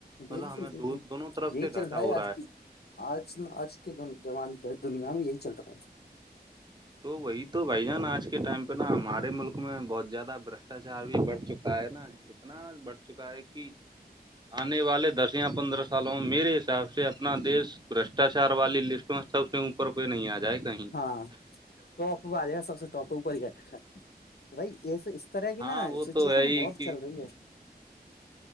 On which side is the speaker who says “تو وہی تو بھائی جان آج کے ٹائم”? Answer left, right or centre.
Right